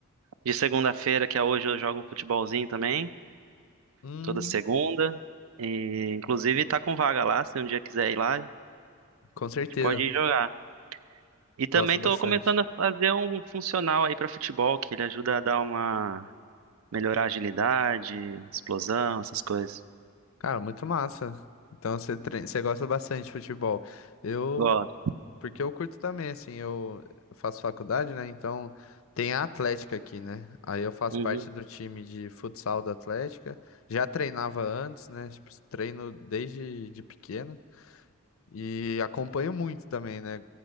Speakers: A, on the right (about 70°); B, on the left (about 65°).
A: De segunda-feira, que é hoje, eu jogo um futebolzinho também,
B: Hum,
A: toda segunda. E, inclusive, tá com vaga lá, se um dia quiser ir lá, a gente
B: com certeza.
A: pode ir jogar. E também
B: Gosto bastante.
A: tô começando a fazer um funcional aí pra futebol, que ele ajuda a dar uma Melhorar a agilidade, explosão, essas coisas.
B: Cara, muito massa. Então você treina, você gosta bastante de futebol. Eu,
A: Gosto.
B: porque eu curto também, assim, eu eu faço faculdade, né? Então tem a Atlética aqui, né? Aí eu faço
A: Uhum.
B: parte do time de futsal da Atlética. Já treinava antes, né? Tipo, treino desde de pequeno. E acompanho muito também, né?